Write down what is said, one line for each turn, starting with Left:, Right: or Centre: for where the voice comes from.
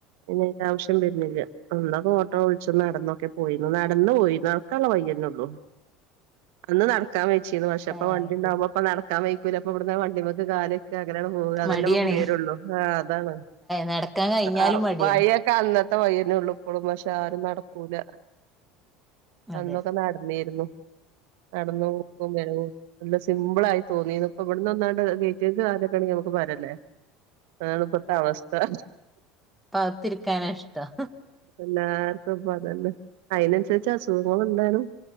Right: പിന്നെ അയ്‌ന്റെ ആവശ്യം വെര്നില്ല അന്നൊക്കെ ഓട്ടോ വിളിച്ച് നടന്നൊക്കെ പോയിന്ന്. നടന്ന് പോയിന്ന് നടക്കാൻള്ളെ വയ്യെന്നൊള്ളു അന്ന് നടക്കാൻ വെയ്ച്ചിന്നു പക്ഷെപ്പൊ
Centre: ഏ
Right: വണ്ടിണ്ടാവുമ്പോ
Centre: അത് ശരി
Right: പ്പൊ നടക്കാൻ വെയ്ക്കൂല പ്പവിടുന്ന് ആണ് വണ്ടിമ്മക്ക് കാല് വെ ക്കാ അങ്ങനാണ്ട് പോവ അതെന്നെ
Centre: മടിയാണേ
Right: പ്പൊ പുടിയാടൊള്ളൂ ആഹ് അതാണ്
Centre: നടക്കാൻ കഴിഞ്ഞാലും
Right: ആഹ്
Centre: മടിയാണ്
Right: വഴിഒ ക്കെ അന്നത്തെ വഴിന്നെ ഒള്ളു ഇപ്പളും പക്ഷെ ആരും നടക്കൂല
Centre: അതെ
Right: അന്നൊക്കെ നടന്നിരുന്നു നടന്നു പോക്കും വരവും നല്ല സിമ്പിൾ ആയി തോന്നിന്നു ഇപ്പൊ ഇവിടുന്ന് ഒന്നാണ്ട് ഗേറ്റ്ങ്ങക്ക് കാലെക്കണെങ്കി നമുക്ക്‌ ഭാരല്ലേ അതാണ് പ്പത്തെഅവസ്ഥ
Centre: പ്പ അകത്തിരിക്കാന ഇഷ്ടം
Right: എല്ലാർക്കും പ്പൊ അതന്നെ അയ്നനുസരിച്ച് അസുഖങ്ങള് ഇണ്ടെനും